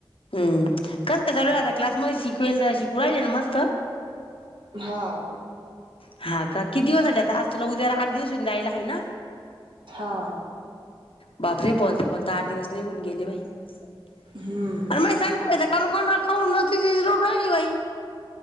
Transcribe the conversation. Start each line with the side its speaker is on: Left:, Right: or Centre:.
Left: कस कस चालू आता. क्लास मध्ये शिकलेल, शिकवायले ना मस्त.
Right: हा
Left: हा का किती दिवस झाले आता आज तुला उद्याला आठ दिवस होऊन जायला हाय ना.
Right: हा.
Left: बापरे बोलता बोलता आठ दिवस निघून गेले बाई. <unintelligible>
Right: हम्म
Left: <inaudible>